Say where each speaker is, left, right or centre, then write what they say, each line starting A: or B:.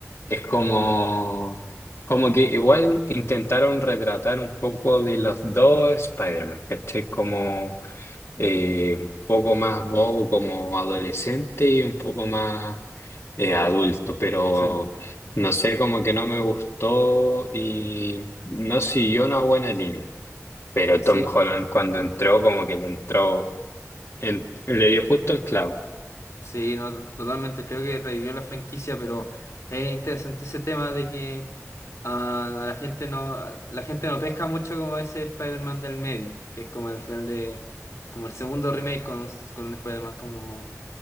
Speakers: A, on the left; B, on the left.
A: Es como, como que igual intentaron retratar un poco de los dos Spider-Man, ¿cachai? Como eh, un poco más bobo como adolescente y un poco más eh, adulto, pero
B: Sí.
A: no sé, como que no me gustó y no siguió una buena línea. Pero
B: Sí,
A: Tom Holland cuando entró, como que le entró, en- le dio justo el clavo.
B: Sí, no, to- totalmente. Creo que revivió la franquicia, pero es interesante ese tema de que ah, a la gente no, a la gente no pesca mucho como ese Spider-Man del medio, que es como el final de, como el segundo remake con, con un Spider-Man como